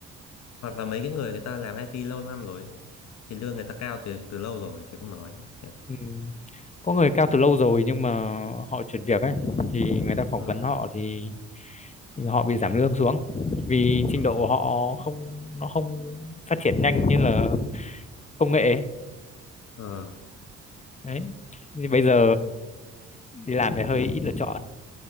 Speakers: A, on the left (about 60°); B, on the left (about 25°).
A: hoặc là mấy cái người người ta làm IT lâu năm rồi ấy, thì lương người ta cao từ từ lâu rồi thì không nói nhỉ
B: ừ. có người cao
A: đấy
B: từ lâu rồi nhưng mà họ chuyển việc ấy thì người ta phỏng
A: ờ
B: vấn họ thì, thì họ bị giảm lương xuống vì trình
A: ờ
B: độ của họ không nó không phát triển nhanh như là công nghệ ấy.
A: ờ
B: đấy thì bây giờ
A: đấy
B: đi làm thì hơi ít lựa chọn